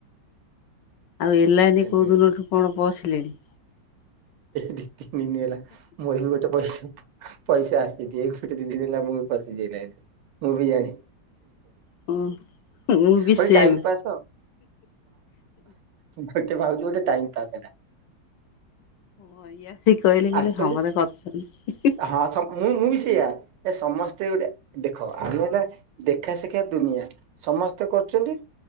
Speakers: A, on the left; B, on the right.
A: ଆଉ ଏ ଲାଇନି
B: ଏମିତି
A: କୋଉଁ ଦିନଠୁ କଣ ପଶିଲେଣି?
B: ଦି ତିନି ହେଲା ମୁଁ କହିଲି ଗୋଟେ ପଶି ପଇସା ଆସିକି ଦି ତିନି ଦିିନି ହେଲା ପଶିଚି ଏବେ ମୁଁ ବି ଜାଣିନି।
A: ହଁ ମୁଁ ବି
B: ଗୋଟେ
A: ସେମ୍।
B: ଟାଇମ ପାସ୍ ଆଉ ଓକେ ଭାଉଜ ଗୋଟେ ଟାଇମ ପାସ୍ ଏଟା।
A: ହଁ ଇଏ ଆସିକି କହିଲେ କହିଲେ
B: ଆକ୍ଚୁଆଲି
A: ସମସ୍ତେ କରୁଚନ୍ତି।
B: ହଁ ସ ମୁଁ ମୁଁ ବି ସେଇଆ ଏ ସମସ୍ତେ ଗୋଟେ ଦେଖ ଆମେ ନା ଦେଖା ସେଖା ଦୁନିଆ ସମସ୍ତେ କରୁଚନ୍ତି